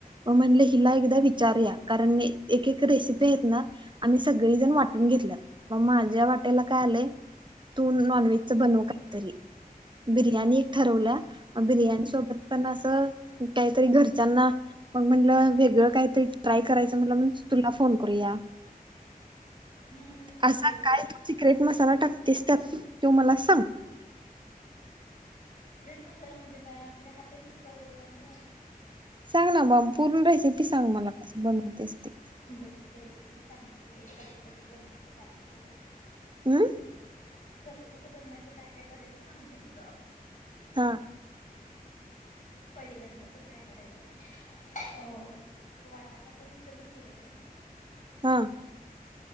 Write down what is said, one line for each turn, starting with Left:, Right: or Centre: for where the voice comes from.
Right: मग म्हणल हिला एकदा विचारूया कारण एक एक रेसिपी आहेत ना आम्ही सगळेजण वाटून घेतल्यात मग माझ्या वाट्याला काय आलंय तू नॉनव्हेजच बनवू काहीतरी बिर्याणी एक ठरवल्या म बिर्याणी सोबत पण असं काहीतरी घरच्यांना मग म्हणलं वेगळं काहीतरी ट्राय करायच म्हणल तुला फोन करूया
Left: हम्म
Right: असा
Left: बरं केली
Right: काय तू सिक्रेट मसाला टाक टाकतेस टाक तो मला सांग
Left: मसाला म्हणजे काय आपल्या हाताची चव आणि घ
Right: सांग ना मम पूर्ण रेसिपी सांग मला कशी बनवतेस ते
Left: बघ चल तुला सांगिती हे कसं कसं बनवायचं काय काय करायचं
Right: हमम
Left: कसं कसं बनवायचं काय काय करायचं सांगते तुला
Right: हा
Left: पहिल्यांदा तर काय करायचं अ वाटापाटा नसेल ना तुझ्या कडी
Right: हा